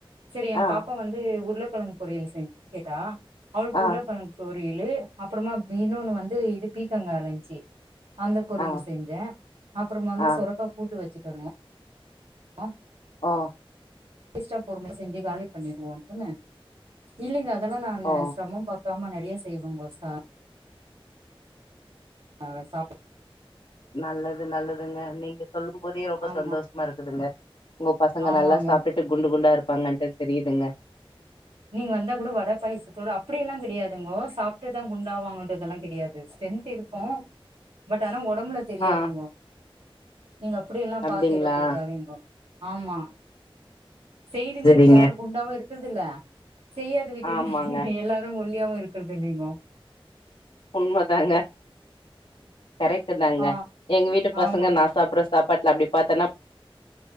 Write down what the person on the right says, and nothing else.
செரி என்
பாப்பா வந்து உருல கிழங்கு பொரியல் செ கேட்டா அவளுக்
உருளக்கிழங் சோர் குரியலு அப்றமா மீனுன்னு வந்து இது பீக்கங்காந்துச்சு அந்த பொரியல்
செஞ்சே அப்றம் வந்து
சொரக்கா கூட்டு வச்சுட்டு <unintelligible> ஹம்
<unintelligible> பொறுமை செஞ்சு காலி பண்ணிருவோம் அப்படிதான இல்லலைங்க அதெல்லாம் நான்
சிரமம் பாக் க்காம நிறைய செய்வோங்க சார் ஆஹ் சாப்ப
ஆமா
ஆமாங்க
நீங்க வந்தா கூட வட பாயசத்தோட அப்படியெல்லாங் கிடியாதுங்கோ சாப்ட்டுதா குண்டாவாங்கன்றதெல்லாம் கெடியாது ஸ்ரென்த் இருக்கும் பட் ஆனா உ டம்பல தெரியாதுங்கோ
நீங்க அப்டியெல்லா
பாத்து எட போட்றாதிங்கோ ஆமா செய்திங்
வீடல யாரு குண்டாவுருக் குற்துல்ல செய்யாது வீட்டிங்
எல்லாரு ஒல் தியாவு இருக்குற்துல்லீங்கோ
ஆ
ஆமா